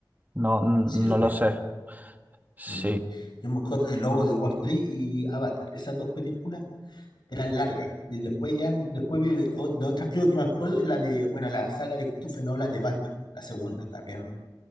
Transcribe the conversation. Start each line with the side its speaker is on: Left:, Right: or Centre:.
Right: No, n-
Left: Sí,
Right: no
Left: lenta.
Right: lo sé. Sí.
Left: Mm. Yo me acuerdo del Lobo de Wall Street y Avatar, esas dos películas. eran largas. Y después ya, después vi, o- la otra creo que me acuerdo es la de, bueno, la saga de Christopher Nolan de Batman, la segunda, también